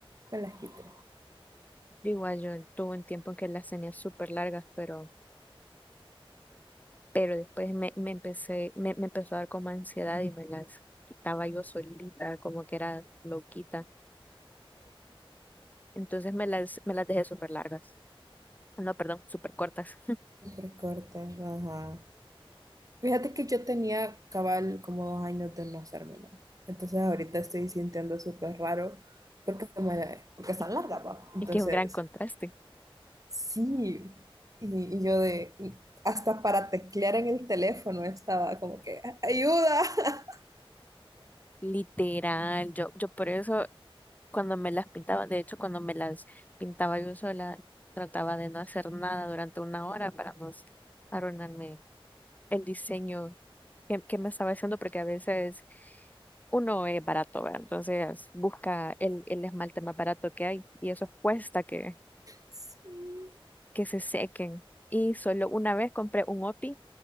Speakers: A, on the right; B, on the left.
A: me las quité.
B: Yo Igual yo tuve un tiempo en que las tenía súper largas, pero, pero después me, me empecé, me, me empezó a dar como ansiedad y me las quitaba yo solita, como que era loquita. Entonces me las, me las dejé súper largas. No, perdón, súper cortas.
A: Súper cortas, ajá. Fíjate que yo tenía cabal como dos años de no hacérmela. Entonces ahorita estoy sintiendo súper raro porque, me- porque están
B: <laughs>
A: largas, ¿va? Entonces...
B: Es que es un gran contraste.
A: Sí, y, y yo de, hasta para teclear en el teléfono estaba como que, ayuda. <laughs>
B: Literal, yo, yo por eso cuando me las pintaba, de hecho, cuando me las pintaba yo sola, trataba de no hacer nada durante una hora para no s- arruinarme el diseño que, que me estaba haciendo, porque a veces uno es barato, ¿verdad? Entonces busca el, el esmalte más barato que hay y eso cuesta que,
A: Sí.
B: que se sequen. Y solo una vez compré un OPI